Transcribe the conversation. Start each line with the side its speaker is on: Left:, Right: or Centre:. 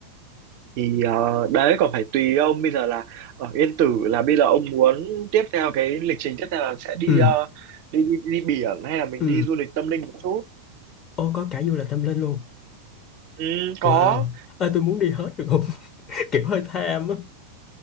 Right: thì ờ, đấy còn phải tùy ông bây giờ là ở Yên Tử là bây giờ ông muốn tiếp theo cái lịch trình tiếp theo là sẽ đi
Left: Ừ,
Right: ờ, đi, đi đi biển hay là mình
Left: ừ.
Right: đi du lịch tâm linh một chút
Left: Ồ, có cả du lịch tâm linh luôn.
Right: ừ, có
Left: Wow. Ơi, tôi muốn đi hết được không? <laughs> Kiểu hơi tham á.